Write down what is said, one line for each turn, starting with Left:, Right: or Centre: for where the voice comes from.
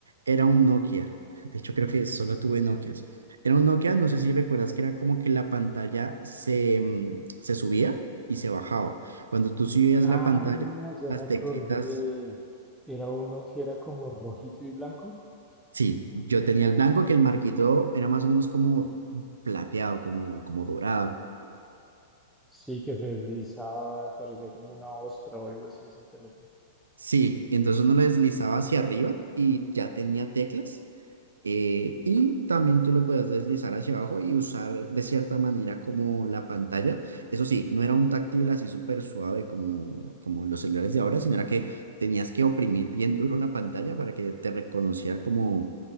Right: era un Nokia. De hecho, creo que solo tuve Nokias. Era un Nokia, no sé si recuerdas que era como que la pantalla se, mm, se subía y se bajaba. Cuando tú subías
Centre: Ah,
Right: la pantalla,
Centre: ya
Right: las
Centre: me
Right: teclitas...
Centre: acordé. Era uno que era como rojito y blanco.
Right: Sí, yo tenía el blanco que el marquito era más o menos como plateado, como, como dorado.
Centre: Sí, que se deslizaba, parecía como una ostra o algo así ese teléfono.
Right: Sí, entonces uno lo deslizaba hacia arriba y ya tenía teclas. eh, y también tú lo podías deslizar hacia abajo y usar de cierta manera como la pantalla. Eso sí, no era un táctil así súper suave como, como los celulares de ahora, sino era que tenías que oprimir bien duro la pantalla para que te reconociera como